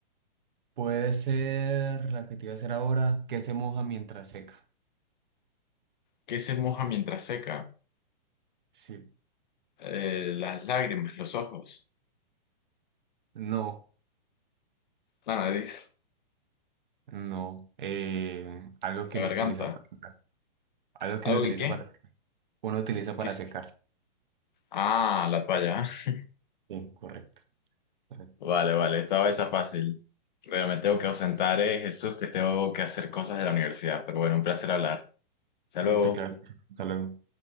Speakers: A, on the right; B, on the left.
A: puede ser la que te iba a hacer ahora, que se moja mientras seca.
B: ¿Qué se moja mientras seca?
A: Sí,
B: Eh, las lágrimas, los ojos,
A: No,
B: la nariz,
A: no. eh, algo que
B: la
A: uno
B: garganta.
A: utiliza para secarse. Algo que
B: ¿Algo
A: uno utiliza
B: que qué?
A: para secarse. Uno utiliza para
B: ¿Qué es?
A: secarse.
B: Ah, la toalla. <laughs>
A: Sí, correcto. Correcto.
B: Vale, vale, estaba esa fácil. Pero me tengo que ausentar, eh, Jesús, que tengo que hacer cosas de la universidad. Pero bueno, un placer hablar. Hasta
A: Listo,
B: luego.
A: claro. Hasta luego.